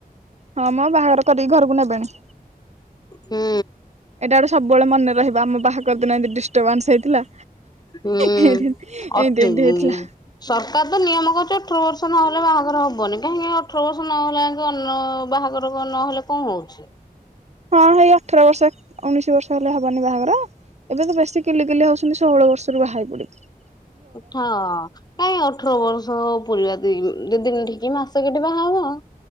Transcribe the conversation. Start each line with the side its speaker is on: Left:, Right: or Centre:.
Right: ହଁ ମ ବାହାଘର କରିକି ଘରକୁ ନେବେଣି।
Left: ହୁଁ।
Right: ଏଇଟା ଗୋଟେ ସବୁବେଳେ ମନେ ରହିବ ଆମ ବାହାଘର ଦିନ ଏମିତି ଡିଷ୍ଟର୍ବାନ୍ସ ହେଇଥିଲା।
Left: ହୁଁ
Right: ଏମିତି
Left: ଅଠ
Right: ଏମିତି ଏମିତି ହେଇଥିଲା
Left: ସରକାର ତ ନିୟମ କରୁଚି ଅଠର ବର୍ଷ ନହେଲେ ବାହାଘର ହବନି କାହିଁକି ଅଠର ବର୍ଷ ନହେଲେ ଅଙ୍କେ ଅନ ବାହାଘର ରୋଗ ନହେଲେ କଣ ହୋଉଚି।
Right: ହଁ ସେଇ ଅଠର ବର୍ଷ ଉଣେଇଶି ବର୍ଷ ହେଲେ ହବନି ବାହାଘର? ଏବେ ତ ବେଶୀ କିଲିକିଲି ହୋଉଚନ୍ତି ଷୋହଳ ବର୍ଷରୁ ବା ହେଇ ପଡ଼ିକି।
Left: ହଁ। ନାଇଁ ଅଠର ବର୍ଷ ପୁରିବା ଦିଇ ଦ ଦିନ ଠିକ୍ ମାସେ କେଟେ ବାହାହବ।